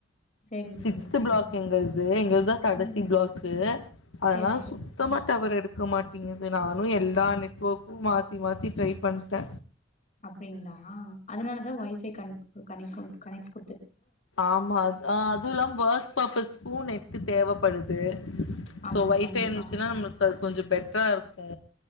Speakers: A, on the left; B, on the left.
A: செரி செரி
B: சிக்ஸ்த்
A: செரி
B: பிளாக் எங்கள்து எங்கள்தா கடசி
A: ம்
B: பிளாக்கு அதனால
A: செரி செரி
B: சுத்தமா
A: செரி
B: டவர் எடு கமாட் இங்கிந்து நானு எல்லா
A: அப்
B: நெட் உ மாத்தி மாத்தி‌ ட்ரை பண்ட்டே
A: அப்டிங்ளா அதனாலதா ஒய்ஃபை கனெக்கு கனெக்கு கனெட்கு
B: ஆமா அத் ஆ அத் துலாம் வொக் பப்பஸ்கு நெட்டு தேவப்படுது
A: ஆமா
B: சோ வைஃபை
A: கண்டிப்பா
B: இந்துச்சுனா நம்ளுக்கு அது கொஞ்சோ பெட்ராருக்கு